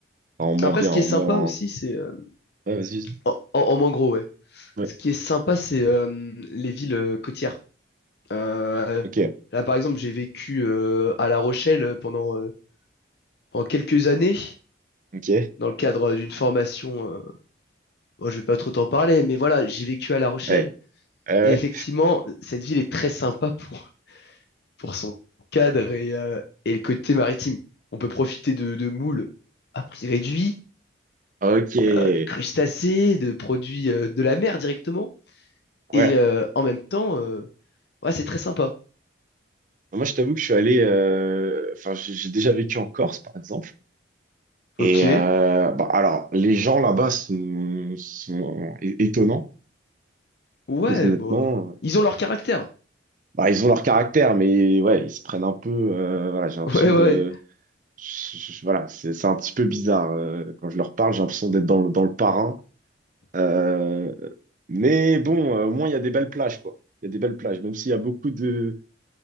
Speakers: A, on the right; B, on the left.
A: Enfin, en moins
B: Après,
A: bien,
B: ce qui
A: en
B: est sympa
A: moins.
B: aussi, c'est. euh,
A: Ouais, vas-y.
B: en, en- en moins gros, ouais.
A: Ouais.
B: Ce qui est sympa, c'est euh, les villes euh, côtières. Euh,
A: Ok.
B: là, par exemple, j'ai vécu euh, à La Rochelle euh, pendant, euh, pendant quelques années,
A: Ok.
B: dans le cadre d'une formation. euh, bon, je vais pas trop t'en parler, mais voilà, j'ai vécu à La Rochelle.
A: Ouais. Ouais,
B: Et effectivement, cette ville est très sympa pour, pour son cadre et, euh, et le côté maritime. On peut profiter de, de moules à prix réduit,
A: ouais. Ok.
B: euh, de crustacés, de produits euh, de la mer directement.
A: Ouais.
B: Et euh, en même temps, euh, ouais, c'est très sympa.
A: Moi, je t'avoue que je suis allé. euh, Enfin, j'ai j'ai déjà vécu en Corse, par exemple. Et
B: Ok.
A: euh, bah, alors, les gens là-bas sont, sont é- étonnants.
B: Ouais,
A: Parce que honnêtement,
B: bah.
A: euh,
B: Ils ont leur caractère.
A: bah, ils ont leur caractère, mais ouais, ils se prennent un peu. euh, voilà, j'ai l'impression
B: <laughs> Ouais, ouais.
A: de. je- je- je- voilà, c'est c'est un petit peu bizarre. euh, quand je leur parle, j'ai l'impression d'être dans, le- dans le parrain. Euh, mais bon, euh, au moins, il y a des belles plages, quoi. Il y a des belles plages, même s'il y a beaucoup de...